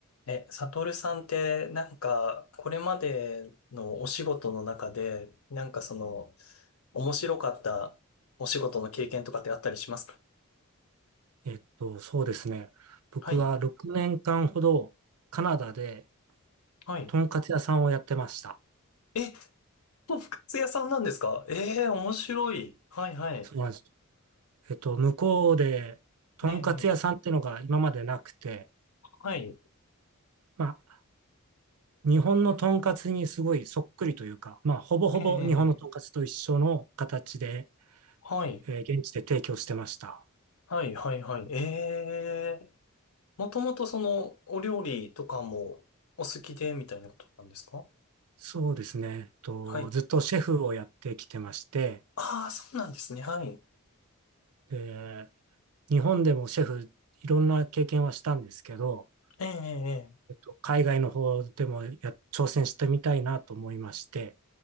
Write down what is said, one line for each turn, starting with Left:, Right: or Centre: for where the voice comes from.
Left: え、サトルさんって、なんか、これまでのお仕事の中で、なんかその、面白かったお仕事の経験とかってあったりしますか
Right: えっと、そうですね。僕は6年間ほどカナダで
Left: はい、はい。
Right: とんかつ屋さんをやってました。
Left: え、とんか屋さんなんですかええー、面白い。はい、はい。
Right: そうなんです。えっと、向こうでとんかつ屋さんってのが今までなくて、
Left: ねえ、ええはい、
Right: まあ、日本のとんかつにすごいそっくりというか、まあ、ほぼほぼ日本のとんかつと一緒の形で、
Left: ええ、ええええはい、
Right: えー現地で提供してました。
Left: はい、はい、はい。ええ、もともとその、お料理とかもお好きで、みたいなことなんですか
Right: そうですね。えっと、
Left: はい。
Right: ずっとシェフをやってきてまして、
Left: ああ、そうなんですね。はい。
Right: で日本でもシェフいろんな経験はしたんですけど、
Left: ええ、ええ。ええ
Right: えっと、海外の方でもや挑戦してみたいなと思いまして、